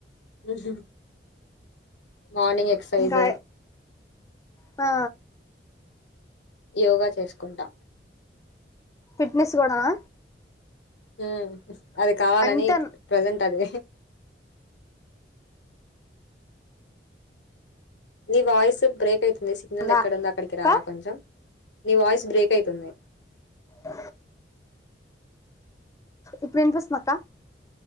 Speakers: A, on the left (about 90°); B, on the left (about 20°).
A: ఉహు, మార్నింగ్ ఏ త సైజ్
B: ఇంకా ఆ
A: యోగా చేసుకుంటా
B: ఫిట్నెస్ కూడానా
A: హు, అది కావాలని
B: అంతే
A: ప్రజెంట్ అది నీ వాయిస్ బ్రేక్ ఐత్ ని సిగ్నల్
B: ఉందా
A: ఎక్కడుందో అక్కడికి
B: అక్క
A: రారా కొంచం నీ వాయిస్ బ్రేక్ అయితుంది.
B: అ ఇప్పుర్ ఇనప్రిస్ అక్క